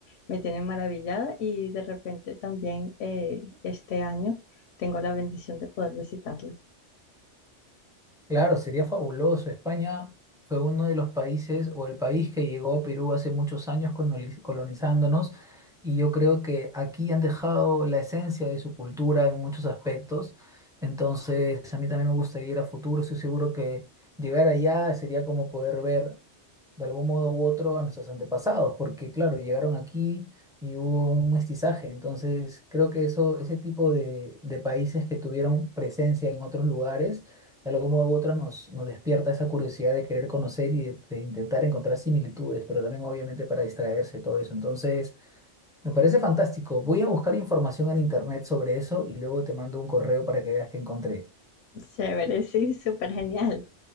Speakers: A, on the left (about 80°); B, in the centre.
A: me tienen maravillada y de repente también eh, este año tengo la bendición de poder visitarlo.
B: Claro, sería fabuloso. España fue uno de los países o el país que llegó a Perú hace muchos años coloniz- colonizándonos y yo creo que aquí han dejado la esencia de su cultura en muchos aspectos. Entonces, a mí también me gustaría ir a futuro. Estoy seguro que llegar allá sería como poder ver de algún modo u otro a nuestros antepasados, porque claro, llegaron aquí y hubo un mestizaje, entonces creo que eso, ese tipo de, de países que tuvieron presencia en otros lugares, de algún modo u otro nos, nos despierta esa curiosidad de querer conocer y de, de intentar encontrar similitudes, pero también obviamente para distraerse todo eso, entonces me parece fantástico, voy a buscar información en internet sobre eso y luego te mando un correo para que veas que encontré.
A: Chévere, sí, súper genial.